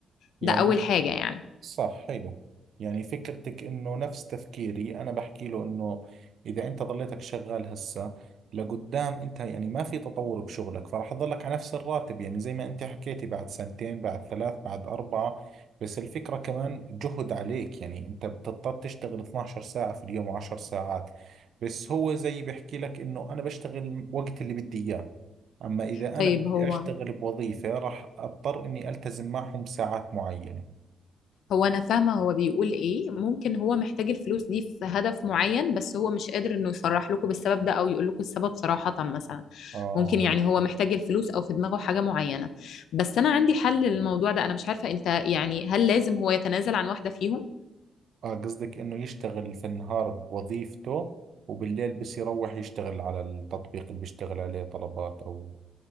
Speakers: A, on the right; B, on the left.
A: يعني
B: ده اول حاجة يعني
A: صح حلو يعني فكرتك انه نفس تفكيري انا بحكي له انه اذا انت ضليتك شغال هسه لقدام انت يعني ما في تطور بشغلك فراح تضلك على نفس الراتب يعني زي ما انت حكيتي بعد سنتين بعد ثلاث بعد اربعة بس الفكرة كمان جهد عليك يعني انت بتضطر تشتغل 12 ساعة في اليوم و10 ساعات بس هو زي بحكي لك انه انا بشتغل وقت اللي بدي اياه اما اذا
B: طيب
A: انا بدي
B: هو
A: اشتغل بوظيفة راح اضطر اني التزم معهم بساعات معينة
B: هو انا فاهمه هو بيقول ايه ممكن هو محتاج الفلوس دي في هدف معين بس هو مش قادر انه يصرح لكم بالسبب ده او يقول لكم السبب صراحه مثلا
A: اه
B: ممكن يعني هو محتاج الفلوس او في دماغه حاجه معينه بس انا عندي حل للموضوع ده انا مش عارفه انت يعني هل لازم هو يتنازل عن واحده فيهم
A: اه قصدك انه يشتغل في النهار بوظيفته وبالليل بس يروح يشتغل على التطبيق اللي بيشتغل عليه طلبات او